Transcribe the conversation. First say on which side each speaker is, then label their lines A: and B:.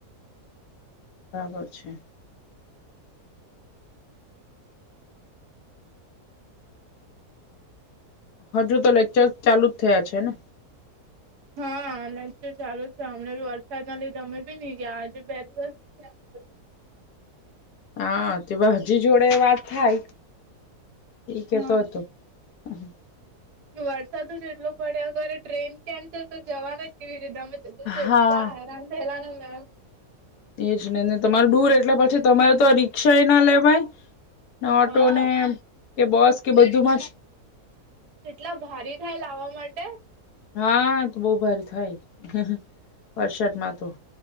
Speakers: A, on the left; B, on the right.
A: બરાબર છે હજુ તો લેક્ચર ચાલુ જ થયા છે ને
B: હા લ ચાલુ જ છે અમમેી વરસાદ ના લીધે અમે બી નહી ગયા આજે બે દિવસ
A: હ
B: થયા અમારે તો
A: હા તે હજી જોડે વાત થાય એ કેતો
B: હા
A: હતો હા
B: વરસાદ જેટલો પડે અગર ટ્રેન કેન્સલ તો જવાના જ કેવી રીતે અમે તે દિવસે
A: હા
B: એટલા હેરાન થયેલા ને અમે
A: એ જ નહી ન તમાર દૂર એટલે પછી તમારે તો રિક્ષા એ ના લેવાય ઓટો
B: હા
A: ને કે બસ કે બધુંમાં જ
B: એટલા ભારી થાય લાવવા માટે
A: હા તો બહુ ભારે થાય વરસાદમાં તો